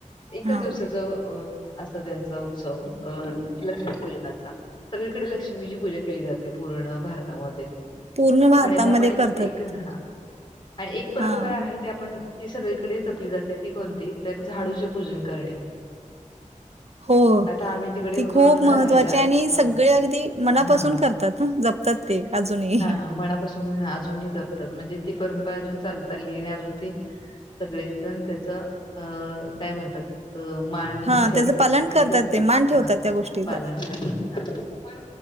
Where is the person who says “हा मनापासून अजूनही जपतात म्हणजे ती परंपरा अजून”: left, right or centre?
Left